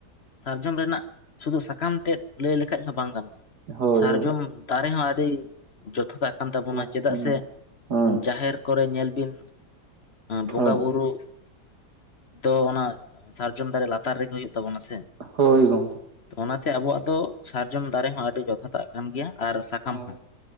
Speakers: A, on the left; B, on the right.
A: ᱥᱟᱨᱡᱚᱢ ᱨᱮᱱᱟᱜ ᱥᱩᱫᱷᱩ ᱥᱟᱠᱟᱢ ᱛᱮᱫ ᱞᱟᱹᱭ ᱞᱮᱠᱷᱟᱡ ᱦᱚᱸ ᱵᱟᱝ ᱜᱟᱱᱚᱜ-ᱟ
B: ᱦᱳᱭ ᱦᱳᱭ
A: ᱥᱟᱨᱡᱚᱢ ᱫᱟᱨᱮ ᱦᱚᱸ ᱟᱹᱰᱤ ᱡᱚᱛᱷᱚ ᱦᱟᱜ ᱠᱟᱱ ᱛᱟᱵᱳᱱᱟ
B: ᱞᱟᱹᱠᱛᱤ
A: ᱪᱮᱫᱟᱜ
B: ᱨᱮᱱᱟᱜ
A: ᱥᱮ
B: ᱦᱳᱭ
A: ᱡᱟᱦᱮᱨ ᱠᱚᱨᱮ ᱧᱮᱞ ᱵᱤᱱ ᱵᱚᱸᱜᱟ
B: ᱦᱳᱭ
A: ᱵᱩᱨᱩ ᱫᱚ ᱚᱱᱟ ᱥᱟᱨᱡᱚᱢ ᱫᱟᱨᱮ ᱞᱟᱛᱟᱨ ᱨᱮᱜᱮ ᱦᱩᱭᱩᱜ ᱛᱟᱵᱚᱱᱟ ᱥᱮ
B: ᱦᱳᱭ ᱜᱚᱝᱠᱮ
A: ᱚᱱᱟᱛᱮ ᱟᱵᱚᱣᱟᱜ ᱫᱚ ᱥᱟᱨᱡᱚᱢ ᱫᱟᱨᱮ ᱦᱚᱸ ᱟᱹᱰᱤ ᱡᱚᱛᱷᱟᱛᱟᱜ ᱠᱟᱱ ᱜᱮᱭᱟ ᱟᱨ ᱥᱟᱠᱟᱢ
B: ᱦᱳᱭ
A: ᱦᱚᱸ